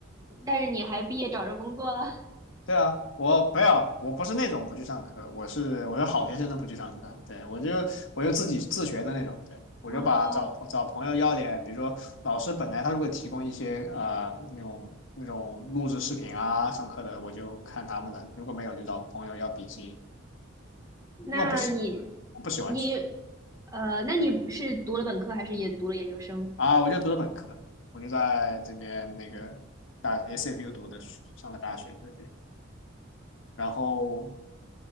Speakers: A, on the right; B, on the left.
A: 但是你还毕业找着工作了
B: 对啊，我不要，我不是那种不去上课，我是我是好学生都不去上课，对，我就我就自己自学的那种，对，我就把找找朋友要点，
A: 啊？
B: 比如说老师本来他如果提供一些呃那种那种录制视频啊上课的，我就看他们的，如果没有就找朋友要笔记，
A: 那你
B: 因为我不喜我不喜欢去
A: 你呃，那你是读了本科还是也读了研究生？
B: 啊，我就读了本科，我就在这边那个大 SFU 读的上的大学，就这样，然后。